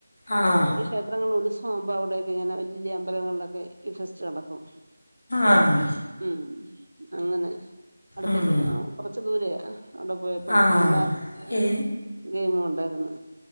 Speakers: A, on the left; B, on the right.
A: ആഹ്
B: ഈ ക്ഷേത്രങ്ങള്ല് ഉത്സവം ആവുമ്പോ അവിടെയൊക്കെ ഇങ്ങനെ വെല്ല്യ അമ്പലങ്ങള്ലൊക്കെ ഈ ഫെസ്റ്റ് നടക്കും
A: ആഹ്
B: ഉം അങ്ങനെ അടുത്തിട്ട്
A: ഉം.
B: ആഹ് കൊറച്ച് ദൂരയാ അവ്ടെ പോയപ്പോ
A: ആ
B: എല്ലാ ഏഹ്
A: ഏ
B: ഗെയിമും ഒണ്ടായിരുന്നു